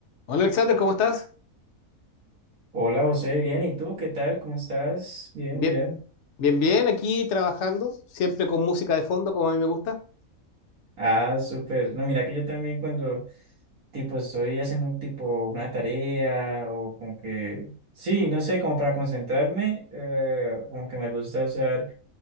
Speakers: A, on the left; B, on the right.
A: Hola Alexander, ¿cómo estás?
B: Hola José, bien, ¿y tú qué tal? ¿Cómo estás? Bien,
A: Bien,
B: bien.
A: bien, bien, aquí trabajando, siempre con música de fondo, como a mí me gusta.
B: Ah, súper. No, mira que yo también cuando tipo estoy haciendo tipo una tarea o como que, sí, no sé, como para concentrarme, eh, como que me gusta usar